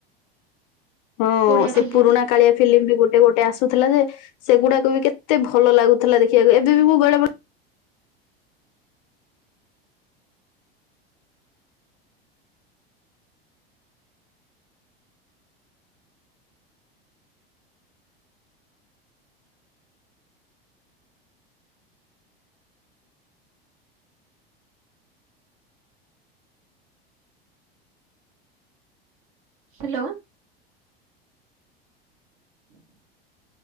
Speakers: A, on the left; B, on the right.
A: ହଁ
B: ଓଡିଆ
A: ସେ
B: ଫିଲ୍ମ
A: ପୁରୁଣା କାଳିଆ ଫିଲ୍ମ ବି ଗୋଟେ ଗୋଟେ ଆସୁଥିଲା ଯେ ସେଗୁଡ଼ାକ ବି କେତେ ଭଲ ଲାଗୁଥିଲା ଦେଖିବାକୁ ଏବେ ବି ମୁଁ ବେଳେ ବେ
B: ହ୍ୟାଲୋ। ହୁଁ <inaudible>